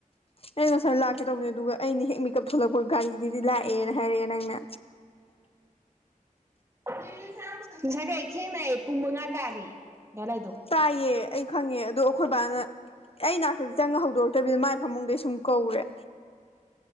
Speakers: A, on the left (about 45°); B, on the right (about 20°).
A: ꯑꯩ ꯉꯁꯥꯏ ꯂꯥꯛꯀꯦ ꯇꯧꯕꯅꯦ ꯑꯗꯨꯒ ꯑꯩꯅꯤ ꯍꯦꯛ ꯃꯤꯀꯑꯞ ꯊꯣꯛꯂꯛꯄ ꯒꯥꯔꯤꯗꯨꯗꯤ ꯂꯥꯛꯑꯦꯅ ꯍꯥꯏꯔꯛꯑꯦ ꯅꯪꯅ
B: <inaudible> ꯉꯁꯥꯏꯒ ꯊꯦꯡꯅꯩ ꯑꯩ ꯄꯨꯡ ꯃꯉꯥ ꯇꯥꯔꯤ ꯂꯥꯏꯗꯣ
A: ꯇꯥꯏꯌꯦ ꯑꯩ ꯈꯪꯉꯦ ꯑꯗꯣ ꯑꯩꯈꯣꯏ ꯕꯥꯅ ꯑꯩ ꯅꯥꯛꯇꯗꯤ ꯆꯪꯉ ꯍꯧꯗꯣꯔꯛꯇꯕꯤꯗ ꯃꯥꯏ ꯐꯃꯨꯡꯗꯩ ꯁꯨꯝ ꯀꯧꯔꯦ